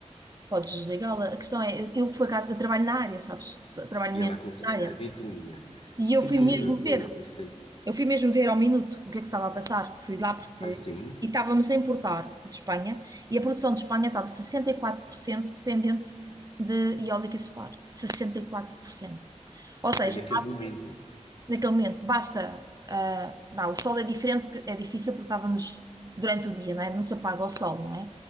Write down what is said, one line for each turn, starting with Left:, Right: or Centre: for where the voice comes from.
Right: podes desligá-la. A questão é, eu, eu por acaso, eu trabalho na área, sabes? Só- Trabalho
Left: e
Right: mesmo
Left: ela conti-
Right: nesta
Left: a
Right: área.
Left: ventoinha.
Right: E
Left: Sim,
Right: eu fui
Left: sim,
Right: mesmo
Left: eh, eh,
Right: ver.
Left: eu sei.
Right: Eu fui mesmo ver ao minuto o que é que estava a passar. Fui lá porque.
Left: Ai, sim,
Right: E estávamos a importar de Espanha e a produção de Espanha estava 64% dependente de eólica e solar. sessenta e quatro por cento Ou seja,
Left: ai naquele
Right: basta-
Left: momento.
Right: naquele momento, basta. ah, não, o sol é diferente, porque é difícil porque estávamos durante o dia, não é? Não se apaga o sol, não é?